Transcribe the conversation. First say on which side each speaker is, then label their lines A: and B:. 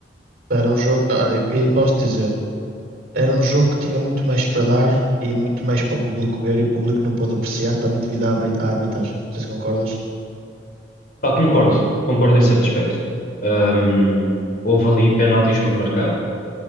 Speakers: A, on the right; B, on the left.
A: Era um jogo, olha, e posso dizer, era um jogo que tinha muito mais para dar e muito mais para o público ver e o público não pôde apreciar também devido à arbit- à arbitragem. Não sei se concordas.
B: Pá, concordo, concordo em certo aspecto. Hum, houve ali penaltis por marcar,